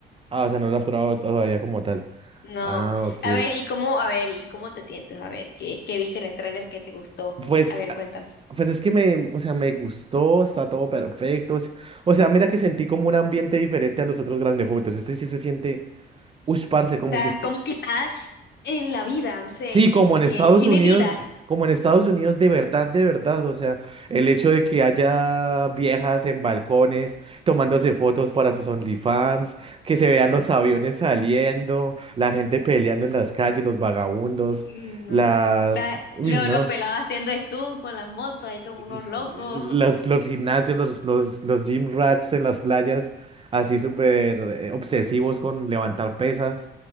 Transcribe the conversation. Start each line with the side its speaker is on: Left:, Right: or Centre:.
Right: Ah, o sea, no lo has probado todavía como tal.
Left: No.
Right: Ah, ok.
Left: A ver, ¿y cómo, a ver, ¿y cómo te sientes? A ver, ¿qué, qué viste en el tráiler que te gustó?
Right: Pues
Left: A ver, cuéntame. O
Right: Pues es que me, o sea, me gustó, está todo perfecto. O sea, o sea, mira que sentí como un ambiente diferente a los otros Grand Theft Autos. Este sí se siente, uy, parce, como
Left: sea,
Right: si estu-
Left: como que estás en la vida, no sé,
Right: sí, como
Left: como
Right: en
Left: que
Right: Estados
Left: tiene
Right: Unidos,
Left: vida.
Right: como en Estados Unidos de verdad, de verdad. O sea, el hecho de que haya viejas en balcones tomándose fotos para sus OnlyFans, que se vean los aviones saliendo, la gente peleando en las calles, los vagabundos,
Left: Sí, no.
Right: las,
Left: Está-
Right: uy,
Left: lo-
Right: no.
Left: los pelados haciendo stunt con las motos, ahí como unos
Right: Sí,
Left: locos.
Right: Los,
Left: <laughs>
Right: los gimnasios, los, los, los gym rats en las playas, así súper eh, obsesivos con levantar pesas.